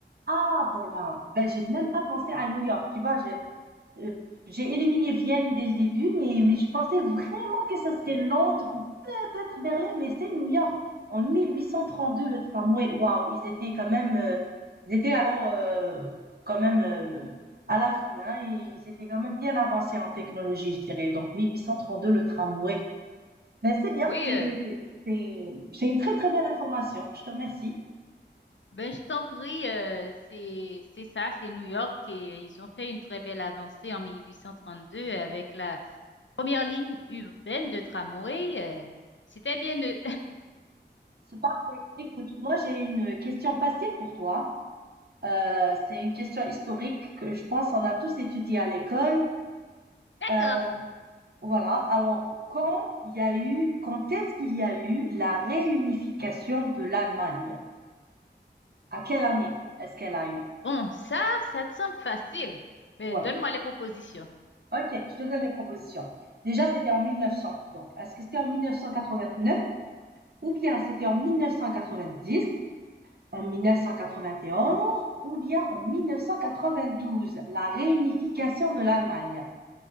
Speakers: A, on the right; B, on the left.
A: Ah, ben là, ben j'ai même pas pensé à New York. Tu vois, je, Euh, j'ai éliminé Vienne dès le début, mais, mais je pensais vraiment que ce serait Londres ou peut-être Berlin, mais c'est New York. En 1832, le tramway, waouh, ils étaient quand même, euh, ils étaient alors euh, quand même euh, à l'affût, hein, et ils étaient quand même bien avancés en technologie, je dirais. Donc 1832, le tramway. Ben c'est bien,
B: Oui.
A: c'est c'est- c'est une très très belle information. Je te remercie.
B: Ben, je t'en prie, euh, c'est, c'est ça, c'est New York et euh, ils ont fait une très belle avancée en 1832 avec la première ligne urbaine de tramway. euh, c'était bien eux.
A: C'est parfait. Écoute, moi j'ai une question facile pour toi. Euh, c'est une question historique que je pense on a tous étudié à l'école.
B: <laughs> D'accord.
A: Euh, voilà. Alors, quand il y a eu, quand est-ce qu'il y a eu la réunification de l'Allemagne? À quelle année est-ce qu'elle a eu?
B: Bon, ça, ça te semble facile. Mais
A: Ouais.
B: donne-moi les propositions.
A: Ok, je te donne les propositions. Déjà, c'était en 1900. Donc, est-ce que c'était en 1989 ou bien c'était en 1990, en 1991 ou bien en 1992, la réunification de l'Allemagne?